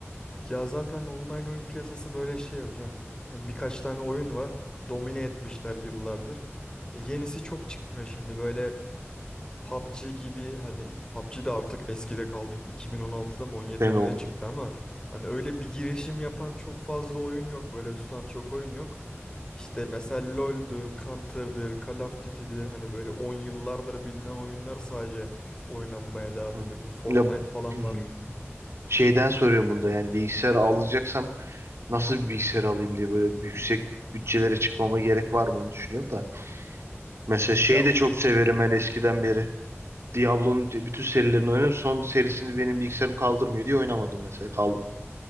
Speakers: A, on the left; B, on the right.
A: Ya zaten online oyun piyasası böyle şey hocam. E, Birkaç tane oyun var. Domine etmişler yıllardır. E, yenisi çok çıkmıyor şimdi böyle PUBG gibi hani PUBG de artık eskide kaldı. 2016'da mı 17'de
B: Deme
A: mi
B: o.
A: ne çıktı ama hani öyle bir girişim yapan çok fazla oyun yok. Böyle tutan çok oyun yok. İşte mesela LoL'dür, Counter'dır, Call of Duty'dir. Hani böyle 10 yıllardır bilinen oyunlar sadece oynanmaya devam
B: Hmm.
A: ediyor. Bu Fortnite
B: Ya
A: falan
B: hmm.
A: var.
B: şeyden soruyorum bunda yani bilgisayar alacaksam nasıl bir bilgisayar alayım diye böyle yüksek bütçelere çıkmama gerek var mı onu düşünüyorum da. Mesela şeyi
A: Ya
B: de çok severim ben eskiden beri. Diablo'nun bütün serilerini oynadım. Son serisini benim bilgisayarım kaldırmıyor diye oynamadım mesela. Kal